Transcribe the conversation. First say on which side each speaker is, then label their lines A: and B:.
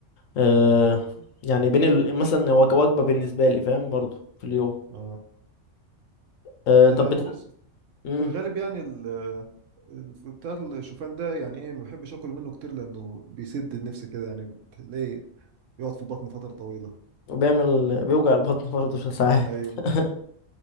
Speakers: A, on the left; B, on the right.
A: آه يعني بين ال... مثلا هو كوجبة بالنسبة لي فاهم برضو في اليوم
B: اه
A: آه
B: انا
A: طب بت...
B: بص
A: مم.
B: في الغالب يعني ال الف- بتاع الشوفان ده يعني ايه ما بحبش اكل منه كتير لانه بيسد النفس كده يعني بتلاقيه يقعد في البطن فترة طويلة
A: وبيعمل بيوجع البطن برضه في ساعات
B: ايوه
A: <laughs>